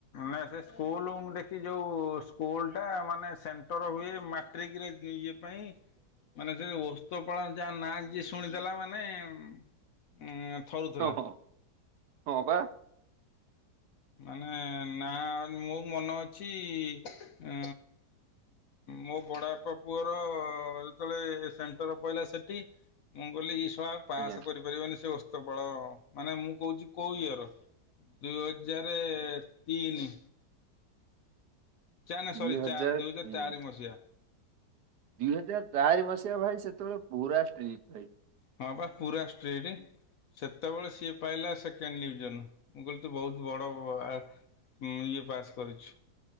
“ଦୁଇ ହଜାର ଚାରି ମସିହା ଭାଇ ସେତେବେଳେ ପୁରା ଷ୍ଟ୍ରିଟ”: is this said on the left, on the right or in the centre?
Right